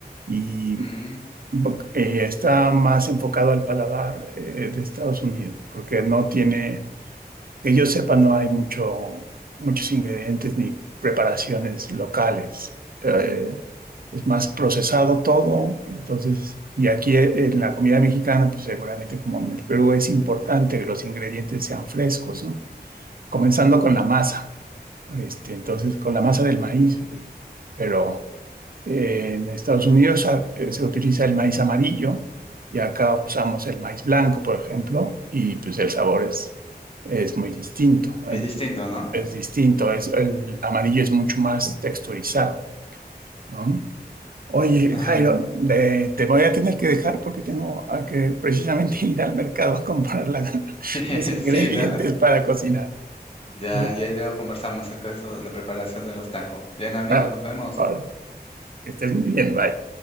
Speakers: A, on the right; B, on the left.
A: y
B: Mm,
A: eh, está más enfocado al paladar eh, de Estados Unidos, porque no tiene Que yo sepa, no hay mucho, muchos ingredientes ni preparaciones locales. Eh, es más procesado todo. Entonces, y aquí e- en la comida mexicana, pues seguramente como en el Perú, es importante que los ingredientes sean frescos, ¿no? Comenzando con la masa. Este, entonces, con la masa del maíz. Pero eh, en Estados Unidos ah, eh, se utiliza el maíz amarillo y acá usamos el maíz blanco, por ejemplo, y pues el sabor es, es muy distinto.
B: es
A: eh,
B: distinto, ¿no?
A: Es, distinto, es, el amarillo es mucho más texturizado, ¿no? Oye,
B: Ajá.
A: Jairo, de- te voy a tener que dejar porque tengo a que precisamente <laughs> ir al mercado a comprar la- <laughs>
B: <laughs>
A: los ingredientes
B: Sí, nada.
A: para cocinar.
B: Ya,
A: ¿eh?
B: ya luego conversamos acerca de eso, de la preparación de los tacos. Bien, amigos,
A: Ah,
B: nos vemos.
A: ahora, que estés muy bien, bye.